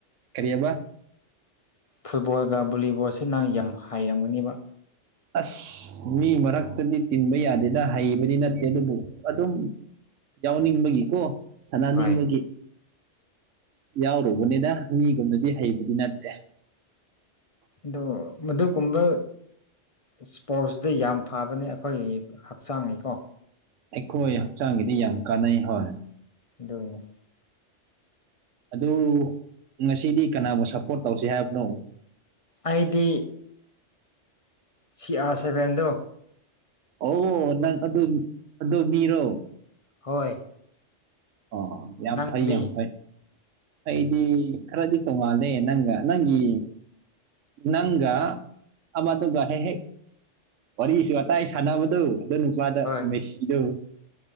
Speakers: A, on the right (about 85°); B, on the left (about 45°).
A: ꯀꯔꯤꯕ
B: ꯐꯨꯠꯕꯣꯜꯒ ꯕꯣꯂꯤꯕꯣꯜꯁꯦ ꯅꯪ ꯌꯥꯝ ꯍꯥꯏꯔꯝꯒꯅꯦꯕ
A: ꯑꯁ ꯃꯤ ꯃꯔꯛꯇꯗꯤ ꯇꯤꯟꯕ ꯌꯥꯗꯦꯗ ꯍꯩꯕꯗꯤ ꯅꯠꯇꯦ ꯑꯗꯨꯕꯨ ꯑꯗꯨꯝ ꯌꯥꯎꯅꯤꯕꯒꯤ ꯀꯣ ꯁꯥꯟꯅꯅꯤꯡꯕꯒꯤ
B: ꯍꯣꯏ
A: ꯌꯥꯎꯔꯨꯕꯅꯤꯗ ꯃꯤꯒꯨꯝꯅꯗꯤ ꯍꯩꯕꯗꯤ ꯅꯠꯇꯦ꯫
B: ꯗꯣ ꯃꯗꯨꯒꯨꯝꯕ ꯏꯁꯄꯣꯔꯠꯁꯗ ꯌꯥꯝ ꯐꯕꯅꯦ ꯑꯈꯣꯏ ꯍꯛꯆꯥꯡꯒꯤꯀꯣ
A: ꯑꯩꯈꯣꯏ ꯍꯛꯆꯥꯡꯒꯤꯗꯤ ꯌꯥꯝ ꯀꯥꯟꯅꯩ ꯍꯣꯏ꯫
B: ꯑꯗꯨꯅꯦ
A: ꯑꯗꯨ ꯉꯁꯤꯗꯤ ꯀꯅꯥꯕꯨ ꯁꯞꯄꯣꯔꯠ ꯇꯧꯁꯦ ꯍꯥꯏꯕꯅꯣ꯫
B: ꯑꯩꯗꯤ ꯁꯤ ꯑꯥꯔ ꯁꯦꯚꯦꯟꯗꯣ
A: ꯑꯣ ꯅꯪ ꯑꯗꯨ ꯑꯗꯨ ꯃꯤꯔꯣ
B: ꯍꯣꯏ
A: ꯑꯣ ꯌꯥꯝ
B: ꯅꯪꯗꯤ
A: ꯐꯩ ꯌꯥꯝ ꯐꯩ ꯑꯩꯗꯤ ꯈꯔꯗꯤ ꯇꯣꯡꯉꯥꯜꯂꯦ ꯅꯪꯒ ꯅꯪꯒꯤ ꯅꯪꯒ ꯃꯗꯨꯒ ꯍꯦꯛ ꯍꯦꯛ ꯋꯥꯔꯤꯁꯨ ꯋꯥꯇꯥꯏ ꯁꯥꯟꯅꯕꯗꯣ ꯑꯗꯣ ꯅꯨꯄꯥꯗ
B: ꯍꯣꯏ
A: ꯃꯦꯁꯤꯗꫭ